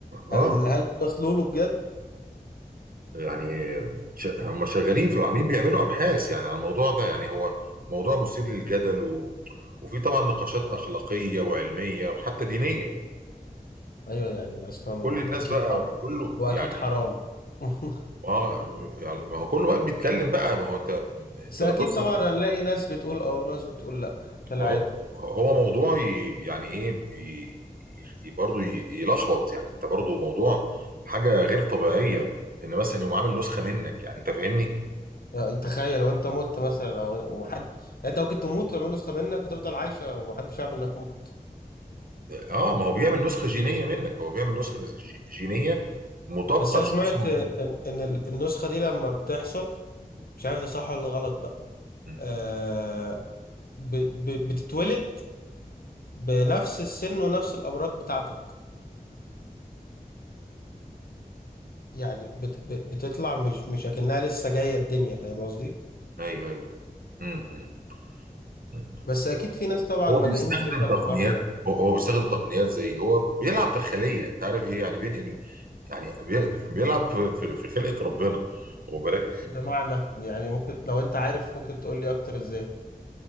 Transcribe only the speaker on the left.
هل هل وصلوا له بجد
ايوه يعني اصلا
اكيد
حرام
واكيد
حرام <laughs>
بس
اكيد طبعا هنلاقي ناس بتقول اه وناس بتقول لا كالعاده
يعني تخيل وانت مت مثلا او ومحد يعني انت ممكن تموت ويعملوا نسخه منك وتفضل عايشه ومحدش عارف انك مت
بس انا
سمعت
آه، ان إن ال- النسخه دي لما بتحصل مش عارف ده صح ولا غلط بقى
آه ب... ب... بتتولد بنفس السن ونفس الامراض بتاعتك يعني بت... ب- بتطلع مش مش اكنها لسه جايه الدنيا فاهم قصدي
بس اكيد في ناس طبعا
مجانين
شايفه الحوار
ده معنى يعني ممكن لو انت عارف ممكن تقول لي اكتر ازاي